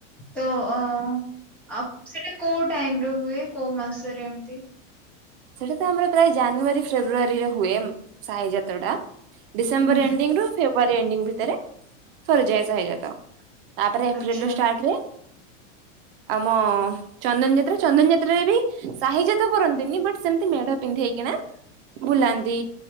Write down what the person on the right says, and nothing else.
ସେଟା ତ ଆମର ପ୍ରାୟ ଜାନୁଆରୀ ଫେବୃୟାରୀ ରେ ହୁଏ ସାହି ଯାତ୍ରା ଟା। ଡିସେମ୍ବର
ଏଣ୍ଡିଙ୍ଗ ରୁ ଫେବୃଆାରୀ ଏଣ୍ଡିଙ୍ଗ ଭିତରେ ସରିଯାଏ ସାଧାରଣତଃ ତାପରେ ଏପ୍ରିଲ
ରୁ ଷ୍ଟାର୍ଟ ହୁଏ। ଆମ ଚନ୍ଦନ ଯାତ୍ରା ଚନ୍ଦନ ଯାତ୍ରାରେ ବି ସାହିଜାତ କରନ୍ତି ବଟ୍ ସେମିତି ମେଢ ପିନ୍ଧେଇକିନା ବୁଲାନ୍ତି।